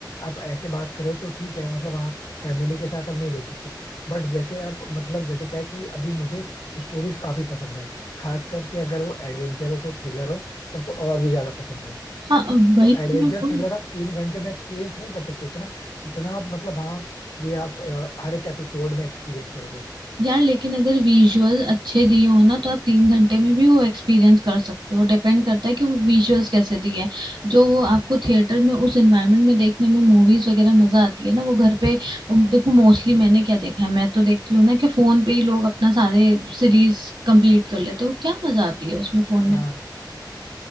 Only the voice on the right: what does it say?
हाँ वही
तो मैं बोल
यार लेकिन अगर विजुअल अच्छे दिए हो ना तो आप तीन घंटे में भी वो एक्सपीरियंस कर सकते हो डिपेंड करता है कि वो विजुअल्स कैसे दिए हैं जो वो आपको थिएटर में उस एनवायरनमेंट में देखने में मूवीज वगैरह मजा आती है ना वो घर पे उम, देखो मोस्टली मैंने क्या देखा है मैं तो देखती हूँ ना कि फोन पे ही लोग अपना सारे सीरीज कंप्लीट कर लेते हैं वो क्या मजा आती है उसमें फोन
में